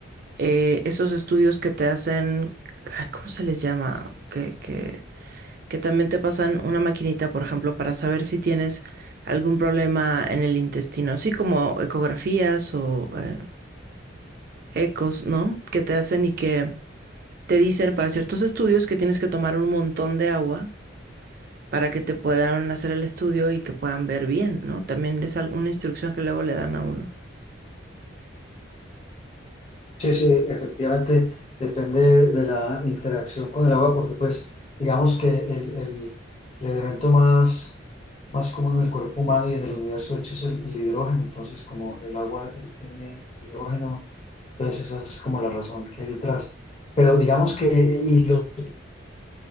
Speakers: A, on the right; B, on the left.
A: eh, esos estudios que te hacen, ay, ¿cómo se les llama? Que, que, que también te pasan una maquinita, por ejemplo, para saber si tienes algún problema en el intestino, así como ecografías o eh, ecos, ¿no? Que te hacen y que te dicen para ciertos estudios que tienes que tomar un montón de agua para que te puedan hacer el estudio y que puedan ver bien, ¿no? También es alguna instrucción que luego le dan a uno.
B: Sí, sí, efectivamente depende de la interacción con el agua porque pues digamos que el, el- el elemento más... más común en el cuerpo humano y en el universo, de hecho, es el, el hidrógeno. Entonces, como el agua eh, tiene hidrógeno, Entonces, esa es como la razón que hay detrás. Pero digamos que y lo-